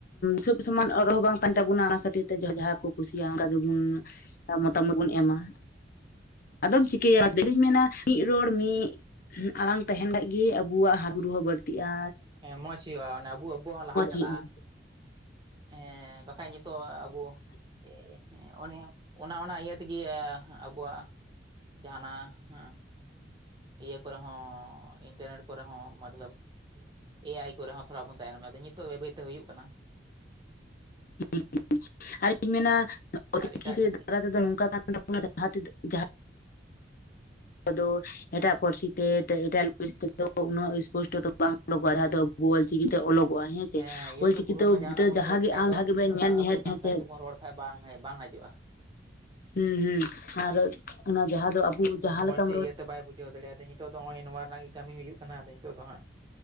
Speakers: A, on the left; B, on the right.
A: ᱥᱚᱵᱽ ᱥᱚᱢᱟᱱ ᱟᱨ ᱨᱚᱲ ᱦᱚᱸ ᱵᱟᱝ ᱠᱟᱱ ᱛᱟᱵᱚᱱᱟ ᱚᱱᱟ ᱠᱷᱟᱹᱛᱤᱨ ᱛᱮ ᱡᱟ ᱡᱟᱦᱟᱸ ᱠᱚ ᱠᱩᱥᱤᱭᱟᱜᱼᱟ ᱚᱱᱠᱟ ᱜᱮᱵᱚᱱ ᱢᱚᱛᱟᱢᱚᱛ ᱵᱚᱱ ᱮᱢᱟ᱾ ᱟᱫᱚᱢ ᱪᱤᱠᱟᱹᱭᱟ ᱤᱫᱩᱧ ᱢᱮᱱᱟ ᱢᱤᱫ ᱨᱚᱲ ᱢᱤᱫ ᱟᱲᱟᱝ ᱛᱟᱦᱮᱱ ᱠᱷᱟᱱᱡ ᱜᱮ ᱟᱵ ᱵᱩᱣᱟᱜ ᱦᱟᱨ ᱵᱩᱨᱩ ᱦᱚᱸ ᱵᱟᱹᱲᱛᱤᱜᱼᱟᱼᱼ
B: ᱦᱮᱸ ᱢᱚᱸᱡᱽ ᱦᱩᱭᱩᱜᱼᱟ ᱚᱱᱮ ᱟᱵᱩ ᱟᱵᱩᱣᱟᱜ ᱦᱚᱸ ᱞᱟᱦᱟ ᱪᱟᱞᱟᱜᱼᱟ᱾
A: ᱦᱩᱭᱩᱜᱼᱟ
B: ᱦᱮᱸ ᱵᱟᱠᱷᱟᱡ ᱱᱤᱛᱚᱜ ᱟᱵᱚ ᱦᱮᱸ ᱚᱱᱮ ᱚᱱᱟ ᱚᱱᱟ ᱤᱭᱟᱹ ᱛᱮᱜᱮ ᱟᱵᱩᱣᱟᱜᱼᱼ ᱡᱟᱦᱟᱱᱟᱜ ᱦᱮᱸ᱾ ᱤᱭᱟᱹ ᱠᱚᱨᱮ ᱦᱚᱸ ᱤᱱᱴᱟᱨᱱᱮᱴ ᱠᱚᱨᱮ ᱦᱚᱸ ᱢᱚᱛᱞᱚᱵᱽ ᱮ ᱟᱭ ᱠᱚᱨᱮ ᱦᱚᱸ ᱛᱷᱚᱲᱟ ᱵᱚᱱ ᱛᱟᱭᱱᱚᱢᱟ ᱟᱫᱚ ᱱᱤᱛᱚᱜ ᱵᱟᱹᱭ ᱵᱟᱹᱭᱛᱮ ᱦᱩᱭᱩᱜ ᱠᱟᱱᱟ᱾
A: <unintelligible>
B: ᱟᱨ ᱮᱴᱟᱜ ᱪᱷᱟᱹᱛᱤᱠ
A: ᱟᱫᱚ ᱮᱴᱟᱜ ᱯᱟᱹᱨᱥᱤ ᱛᱮ <unintelligible> ᱩᱱᱟᱹᱜ ᱥᱯᱚᱥᱴᱚ ᱫᱚ ᱵᱟᱝᱼᱟ ᱚᱰᱚᱠᱚᱜᱼᱟ
B: ᱦᱮᱸ
A: ᱡᱟᱦᱟᱸ ᱫᱚ ᱟᱵ ᱵᱚ ᱚᱞᱪᱤᱠᱤᱛᱮ ᱚᱞᱚᱜᱚᱜᱼᱟ ᱦᱮᱸᱥᱮ
B: ᱦᱮᱸ ᱤᱭᱩᱴᱩᱵᱽ
A: ᱚᱞᱪᱤᱠᱤᱛᱮ
B: ᱠᱚᱨᱮ ᱦᱚᱸ ᱡᱟᱦᱟᱱᱟᱜ
A: ᱫᱚ
B: ᱵᱚᱱ
A: ᱡᱟᱦᱟᱸᱜᱮ
B: ᱥᱟᱨᱪ ᱠᱷᱟᱡ
A: ᱟᱢ
B: ᱫᱚ
A: ᱵᱷᱟᱜᱮ ᱧᱮᱞ <unintelligible>
B: ᱟᱵᱚ ᱥᱟᱱᱛᱟᱞᱤ ᱛᱮᱵᱚᱱ ᱨᱚᱲ ᱠᱷᱟᱡ ᱵᱟᱝ ᱦᱮᱡᱽ ᱵᱟᱝ ᱦᱤᱡᱩᱜᱼᱟ᱾
A: ᱦᱩᱸ ᱦᱩᱸ ᱟᱨ ᱚᱱᱟ ᱡᱟᱦᱟᱸ ᱫᱚ ᱟᱵᱚ
B: ᱩᱸ
A: ᱡᱟᱦᱟᱸ
B: ᱢᱚᱸᱡᱽ
A: ᱞᱮᱠᱟᱢ ᱨᱚᱲ
B: ᱤᱭᱟᱹᱛᱮ ᱵᱟᱭ ᱵᱩᱡᱷᱟᱹᱣ ᱫᱟᱲᱮᱭᱟᱫᱟ ᱱᱤᱛᱚᱜ ᱫᱚ ᱱᱚᱜ-ᱚᱭ ᱱᱚᱣᱟ ᱨᱮᱱᱟᱜ ᱜᱮ ᱠᱟᱹᱢᱤ ᱦᱩᱭᱩᱜ ᱠᱟᱱᱟ ᱟᱫᱚ ᱱᱤᱛᱚᱜ ᱫᱚ ᱦᱟᱸᱜ